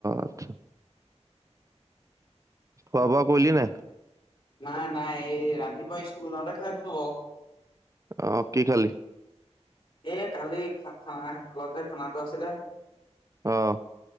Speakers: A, on the right; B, on the left.
A: আচ্ছা। খোৱা বোৱা কৰিলি নাই।
B: নাই নাই এই ৰাতিপুৱা স্কুল ওলাওঁতে খাই গলো বাও,
A: অ কি খালি।
B: এ কালি খা খানা তলত যে খানাটো আছিলে।
A: অহ,